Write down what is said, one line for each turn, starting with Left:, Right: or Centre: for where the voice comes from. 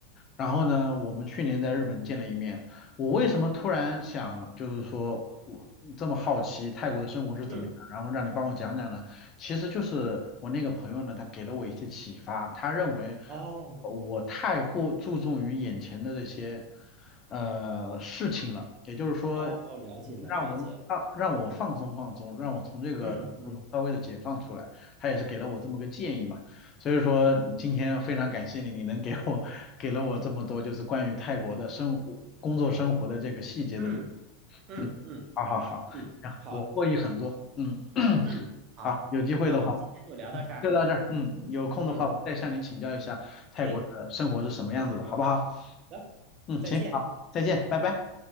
Left: 然后呢，我们去年在日本见了一面。我为什么突然想，就是说我这么好奇泰国的生活是怎么样，
Right: 嗯。
Left: 然后让你帮我讲讲呢？其实就是我那个朋友呢，他给了我一些启发，他认为
Right: 哦
Left: 呃我太过注重于眼前的这些呃事情了，也就是说，
Right: 哦，了解了，
Left: 让我让让我放松放松，
Right: 了解了。
Left: 让我从这个生活中稍微的解放出来。
Right: 嗯嗯
Left: 他也是给了我这么个建议嘛。所以说今天非常感谢你，你能给我给了我这么多就是关于泰国的生活、工作生活的这个细节的。
Right: 嗯嗯嗯
Left: 嗯，好好好，
Right: 嗯，
Left: 啊，
Right: 好，
Left: 我获益很多。嗯，<clears throat>
Right: 嗯好，
Left: 好，有机会的话
Right: 那我们今天就聊到这儿。
Left: 就到这儿。嗯，有空的话我再向你请教一下泰国的生活是什么样子的，
Right: 嗯，哎，
Left: 好不好？
Right: 好的
Left: 嗯，
Right: 再见。
Left: 行，好，再见，拜拜。